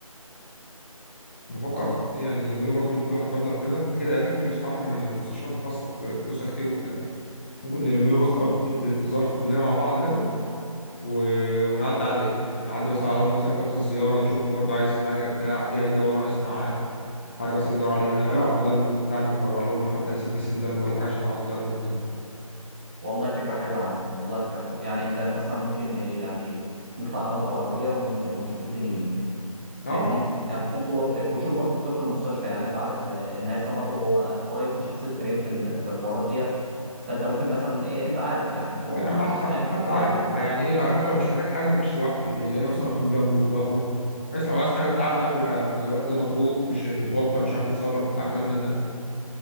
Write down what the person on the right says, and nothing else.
اه
اه
والله
والله فكره حلوه يا عم والله فكره حلوه يعني انت مثلا ممكن إيه، يعني نطلع انا وانت بالعربيه ون- ونشوف الدنيا دي
فاهمني يعني برضه وتشوف برضه خطوره المستشفى يعني انت عارف آه، ان هيثم برضه هو قريب من شخصيه كريم في ال- في الحوارات ديت فانت ممكن مثلا ايه انت عارف يعني
هو
شخصيه مقفوله
شويه